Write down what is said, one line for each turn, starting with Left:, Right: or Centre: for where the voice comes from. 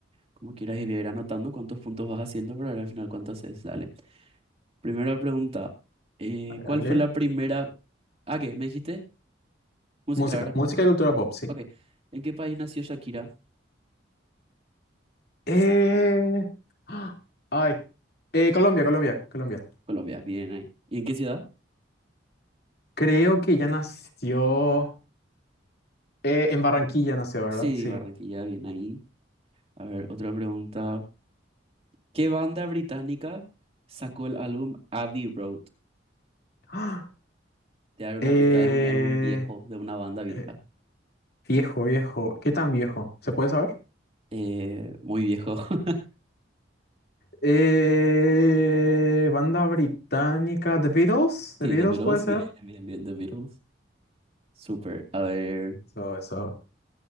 Right: como quieras y voy a ir anotando cuántos puntos vas haciendo para ver al final cuánto haces. Dale. Primera pregunta, eh,
Left: Dale,
Right: ¿cuál
Left: dale.
Right: fue la primera... Ah, ¿qué? ¿Me dijiste? Música,
Left: Música,
Right: ¿verdad?
Left: música y cultura pop, sí.
Right: Ok. ¿En qué país nació Shakira?
Left: Eh, ah, Ay. Eh, Colombia, Colombia, Colombia.
Right: Colombia, bien ahí. ¿Y en qué ciudad?
Left: Creo que ya nació. eh, en Barranquilla nació, ¿verdad?
Right: Sí,
Left: Sí.
Right: Barranquilla, bien ahí. A ver, otra pregunta. ¿Qué banda británica sacó el álbum Abbey Road?
Left: Ah,
Right: Te daré una
Left: eh,
Right: pista, es un álbum viejo, de una banda vieja.
Left: eh, viejo, viejo. ¿Qué tan viejo? ¿Se puede saber?
Right: Eh, muy viejo. <laughs>
Left: Eh, banda británica. The Beatles.
Right: Sí,
Left: The Beatles
Right: The Beatles.
Left: puede ser.
Right: Bien, bien, bien, The Beatles. Súper. A ver,
Left: Eso, eso.